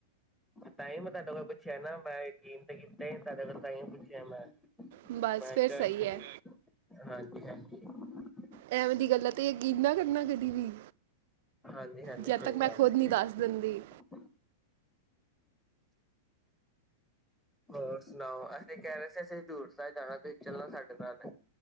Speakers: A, in the centre; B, on the right.
A: ਤਾਹੀ ਮੈਂ ਤੁਹਾਡੇ ਕੋਲ ਪੁੱਛਿਆ ਨਾ ਮੈਂ ਯਕੀਨ ਤੇ ਕੀਤਾ ਹੀ ਨਹੀਂ ਤਾਂਹੀ ਤੁਹਾਡੇ ਕੋਲ ਤਾਹੀਓਂ ਪੁੱਛਿਆ ਮੈਂ
B: ਬਸ
A: ਮੈਂ
B: ਫਿਰ
A: ਕਿਹਾ
B: ਸਹੀ
A: ਕਿ
B: ਹੈ
A: ਹਾਂਜੀ। <unintelligible>
B: ਐਵੇਂ ਦੀ ਗੱਲਾਂ ਤੇ ਯਕੀਨ ਨਾ ਕਰਨਾ ਕਦੀ ਵੀ।
A: ਹਾਂਜੀ ਹਾਂਜੀ
B: ਜਦ
A: ਸਹੀ
B: ਤੱਕ ਮੈਂ
A: ਗੱਲ
B: ਖੁਦ
A: ਹੈ
B: ਨਹੀਂ
A: ਸਹੀ
B: ਦੱਸ
A: ਗੱਲ।
B: ਦਿੰਦੀ
A: ਹੋਰ ਸੁਣਾਓ ਅਸੀਂ ਕਹਿ ਰਹੇ ਸੀ ਅਸੀਂ ਹਜ਼ੂਰ ਸਾਹਿਬ ਜਾਣਾ ਤੇ ਚੱਲਣਾ ਸਾਡੇ ਨਾਲ